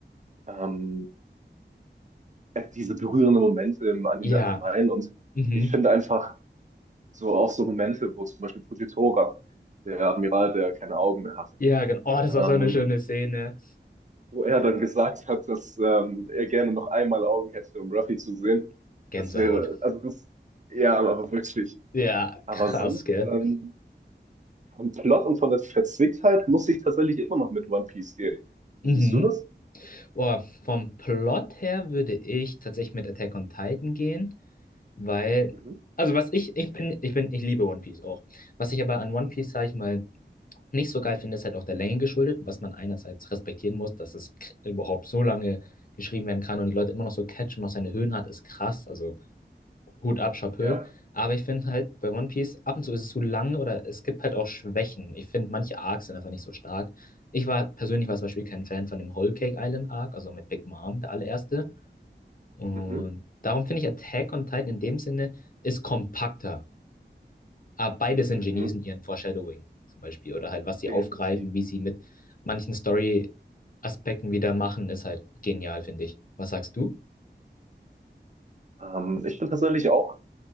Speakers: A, on the right; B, on the left.
A: ähm, diese berührenden Momente im Anime
B: Ja,
A: allgemein. Und
B: mhm.
A: ich finde einfach so auch so Momente, wo zum Beispiel Fujitora, der Admiral, der keine Augen mehr hatte,
B: Ja, genau. Oh, das
A: ähm,
B: war so eine schöne Szene.
A: wo er dann gesagt hat, dass ähm, er gerne noch einmal Augen hätte, um Ruffy zu sehen.
B: Gänsehaut.
A: Das wäre, also das, ja, aber wirklich.
B: Ja,
A: Aber
B: krass,
A: sonst
B: gell?
A: ähm, Vom Plot und von der Verzwicktheit muss ich tatsächlich immer noch mit One Piece gehen.
B: Mhm.
A: Wie siehst du das?
B: Oh, vom Plot her würde ich tatsächlich mit Attack on Titan gehen. Weil,
A: Mhm.
B: also was ich, ich bin, ich bin, ich liebe One Piece auch. Was ich aber an One Piece, sag ich mal, nicht so geil finde, ist halt auch der Länge geschuldet, was man einerseits respektieren muss, dass es k- überhaupt so lange geschrieben werden kann und die Leute immer noch so catchen und noch seine Höhen hat, ist krass. Also Hut ab, Chapeau.
A: Ja.
B: Aber ich finde halt bei One Piece, ab und zu ist es zu lang oder es gibt halt auch Schwächen. Ich finde, manche Arcs sind einfach nicht so stark. Ich war persönlich war zum Beispiel kein Fan von dem Whole Cake Island Arc, also mit Big Mom, der allererste. Und
A: Mhm.
B: darum finde ich Attack on Titan in dem Sinne ist kompakter. Aber beide sind
A: Mhm.
B: Genies in ihren Foreshadowing zum Beispiel. Oder halt, was sie
A: Definitiv.
B: aufgreifen, wie sie mit manchen Story-Aspekten wieder machen, ist halt genial, finde ich. Was sagst du?
A: Ähm, ich bin tatsächlich auch,